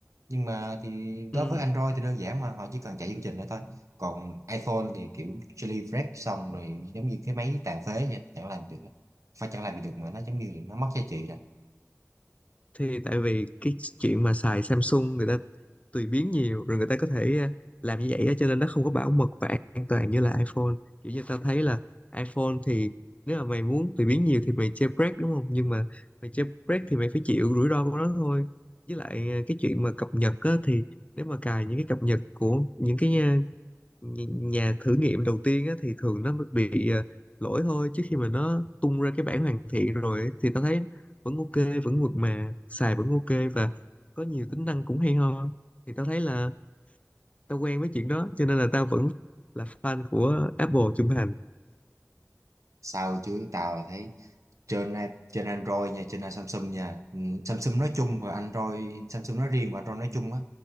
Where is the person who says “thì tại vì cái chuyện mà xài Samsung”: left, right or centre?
Left